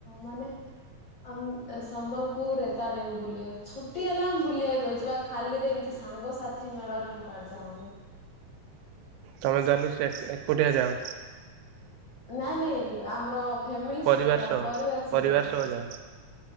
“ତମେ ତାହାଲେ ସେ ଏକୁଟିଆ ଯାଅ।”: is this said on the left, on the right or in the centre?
Right